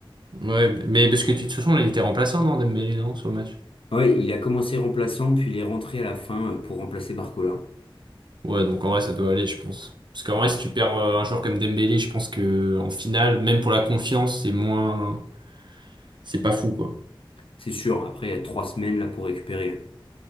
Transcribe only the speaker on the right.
Ouais, mais parce que de toute façon, là, il était remplaçant, non, Dembélé, non, sur le match?
Ouais, donc en vrai, ça doit aller, je pense. Parce qu'en vrai, si tu perds euh, un joueur comme Dembélé, je pense que en finale, même pour la confiance, c'est moins, c'est pas fou, quoi.